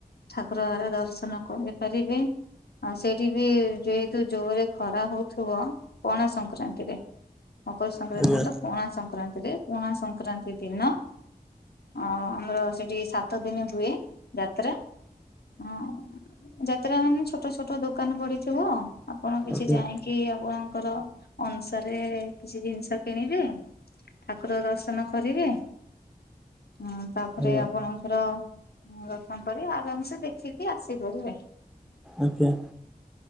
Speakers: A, on the left (about 85°); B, in the centre.
A: ଠାକୁର ଆଡେ ଦର୍ଶନ କରିପାରିବେ। ଆଉ ସେଇଠି ବି ଯେହେତୁ ଜୋରରେ ଖରା ହଉଥିବ ପଣା ସଂକ୍ରାନ୍ତିରେ। ମକର ସଂକ୍ରାନ୍ତି
B: ଆଜ୍ଞା
A: ନୁହଁ ପଣା ସଂକ୍ରାନ୍ତିରେ ପଣା ସଂକ୍ରାନ୍ତି ଦିନ ଅ ଆମର ସେଠି ସାତ ଦିନ ହୁଏ ଯାତ୍ରା। ହଁ ଯାତ୍ରାମାନେ ଛୋଟ ଛୋଟ ଦୋକାନ ପଡିଥିବ। ଆପଣ କିଛି
B: ଆଜ୍ଞା।
A: ଯାଇକି ଆପଣଙ୍କର ଅନୁସାରେ କିଛି ଜିନିଷ କିଣିବେ ଠାକୁର ଦର୍ଶନ କରିବେ ଆଉ ତାପରେ
B: ଆଜ୍ଞା
A: ଆପଣଙ୍କର ଦର୍ଶନ କରି ଆରାମସେ ଦେଖିକି ଆସିପାରିବେ।
B: ଆଜ୍ଞା